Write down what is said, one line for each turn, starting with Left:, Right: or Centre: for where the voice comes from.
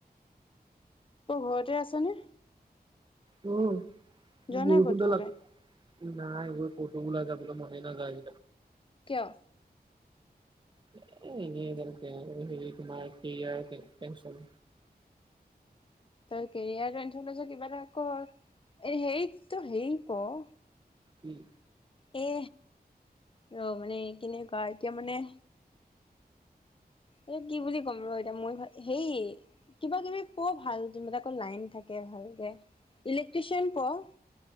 Left: ত ঘৰতে আছনে
Right: উম
Left: যোৱা
Right: বৰষুণডালত
Left: নাই কটো ওলাই
Right: নাই কতো ওলাই যাবলৈ মনে নাযায়
Left: কিয়
Right: <unintelligible> <unintelligible> এনে এইডাল হেৰি তোমাৰ কেৰিয়াৰ টেনছন
Left: তই কেৰিয়াৰ টেনছন হৈছে কিবা এটা কৰ এ সেৰি কৰ
Right: উম
Left: এ ৰ মানে কেনেকোৱা এতিয়া মানে এই কি বুলি ক'ম ৰ এতিয়া মই হেই কিবা কিবি পোৱা ভাল জোনবিলাকৰ আকৌ লাইন থাকে ভালকে ইলেক্ট্ৰিচিয়ান পঢ়